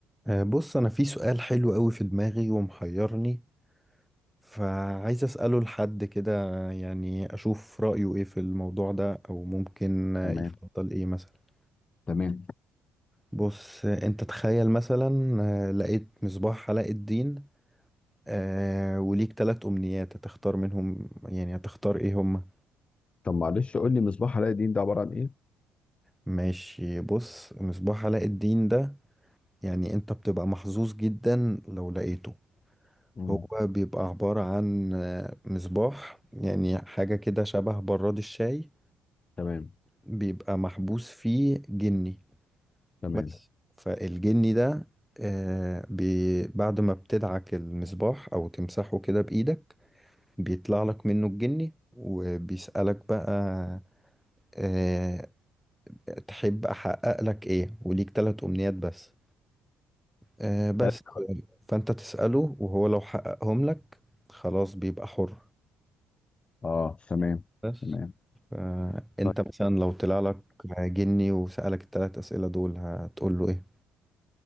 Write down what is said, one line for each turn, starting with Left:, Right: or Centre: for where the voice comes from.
Centre: آه، بص انا في سؤال حلو قوي في دماغي ومحيرني فعايز اساله لحد كده يعني اشوف رايه ايه في الموضوع ده او ممكن آه،
Left: تمام
Centre: يفضل ايه مثلا
Left: تمام
Centre: بص آه، انت تخيل مثلا آه، لقيت مصباح علاء الدين آه، وليك ثلاث امنيات هتختار منهم يعني هتختار ايه هما
Left: طب معلش قول لي مصباح علاء الدين ده عباره عن ايه؟
Centre: ماشي بص مصباح علاء الدين ده يعني انت بتبقى محظوظ جدا لو لقيته
Left: مم.
Centre: هو بيبقى عبارة عن آه، مصباح يعني حاجة كده شبه براد الشاي
Left: تمام
Centre: وبيبقى محبوس فيه جني
Left: تمام
Centre: بس فالجني ده آه، بي بعد ما بتدعك المصباح أو تمسحه كده بإيدك بيطلع لك منه الجني وبيسألك بقى آه، تحب أحقق لك إيه وليك تلات أمنيات بس آه، بس
Left: تلات
Centre: فأنت تسأله وهو لو حققهم لك خلاص بيبقى حر
Left: اه تمام
Centre: بس
Left: تمام
Centre: فانت
Left: طيب
Centre: مثلا لو طلع لك جني وسألك الثلاث أسئلة دول هتقول له ايه؟